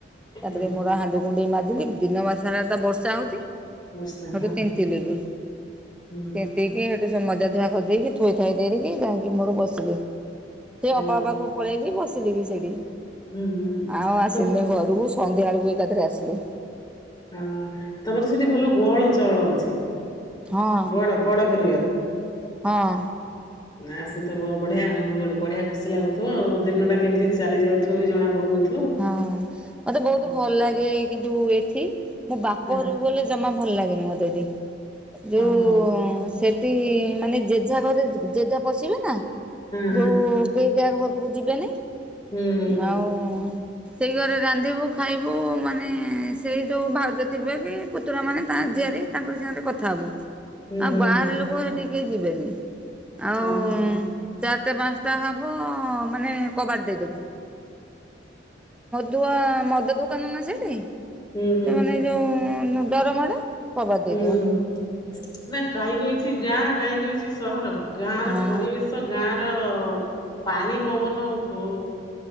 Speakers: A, on the left; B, in the centre.
A: ହୁଁ
B: ତାପରେ ମୋର ହାଣ୍ଡି କୁଣ୍ଡେଇ ମାଜିଲି ଦିନ ମାନ ସାରା ତ ବର୍ଷା ହଉଛି। ସେଠୁ
A: ବର୍ଷା ହଁ
B: ତିନ୍ତି ଲି ବି
A: ହୁଁ ହୁଁ
B: ତିନ୍ତି କିି ସେଠୁ ସେ ମଜା। ହା କରିଦେଇକି ଥୋଇଥାଇ ଦେଇିକି ଯାଇକି ମୋର ବସିଲି ସେ
A: ହଁ
B: ଅପା ଙ୍କ ପାଖକୁ ପଳେଇଲି ବସି। ଥିଲି ବି ସେଇଠି।
A: ହୁଁ ହୁଁ
B: ଆଉ ଆସିଲି
A: ତୁମ୍।
B: ଘରକୁ ସନ୍ଧ୍ୟା ବେଳକୁ ଏକା ଥରେ ଆଶିଲି।
A: ହଁ ତମର ସେଠି ଭଲ ଗୋହଳ ଚହଳ ଅଛି।
B: ହଁ
A: ବଡ ବଡ ପରିବାର।
B: ହଁ।
A: ନା ସେ ତ ବ ବଢିଆ ବହୁତ୍ ବଢିଆ ଖୁସି ଲାଗୁଥିବ ଆଉ ଦିନଟା କେମିତି ଚାଲି ଯାଉଥିବ ବି ଜଣା ପଡୁନଥିବ।
B: ହଁ ମତେ ବହୁତ
A: ହଁ
B: ଭଲ ଲାଗେ କିନ୍ତୁ ଏଠି ମୁଁ ବାପ
A: ହଁ
B: ଘରକୁ ଗଲେ ଜମା। ଭଲ ଲାଗେନି ମତେ ଏଠି ଯୋଉ
A: ହଁ ହଁ
B: ସେଠି ମାନେ ଜେଝା ଘରେ ଜେଜା ପଶିବେ ନା
A: ହଁ।
B: ଯୋଉ କେହି ଜା ଘରକୁ ଯିବେନେଇ।
A: ହୁଁ ହୁଁ ହୁଁ
B: ଆଉ ସେଇ ଘରେ ରାନ୍ଧିବୁ ଖାଇବୁ ମାନେ ସେଇ ଯୋଉ ଭାଉଜ ଥିବେ କି ପୁତୁରା ମାନେ ତା
A: ହୁଁ
B: ଝିଆରି ତାଙ୍କରି ସାଙ୍ଗରେ କଥା ହବୁ।
A: ହୁଁ
B: ଆଉ ବାହାର
A: ହୁଁ
B: ଲୋକ ସେଠିକି କି ଯିବେନି ଆଉ
A: ଓହୋ ହଁ।
B: ଚା ଚା ପାଞ୍ଚଟା ହବ ମାନେ କବାଟ ଦେଇଦବୁ। ଦୁଆ ମଦ ଦୋକାନ ନା ସେଠି ସେମାନେ
A: ହୁଁ ହୁଁ ହୁଁ
B: ଯୋଉ ଡରମାଡ଼େ। କବାଟ
A: ହୁଁ
B: ଦେଇଦେଉ।
A: ହୁଁ। ନା କାହିଁକହିଛି ଗାଁ କାହିଁକହିଛି ସହର ଗାଁ ର
B: ହଁ
A: ପରିବେଶ ଗାଁ ର ପାଣି ପବନ ଓ ହୋ